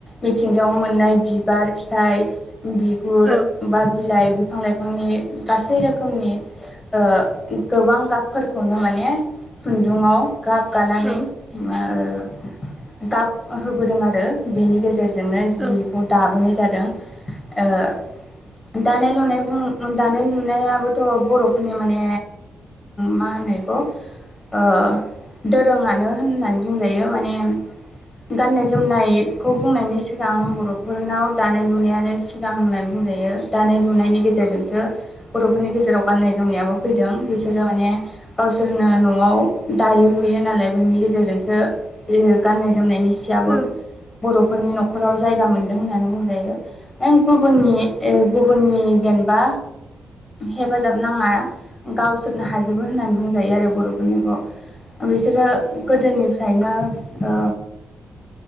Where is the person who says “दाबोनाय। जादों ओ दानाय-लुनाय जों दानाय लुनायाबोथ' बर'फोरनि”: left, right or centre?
Left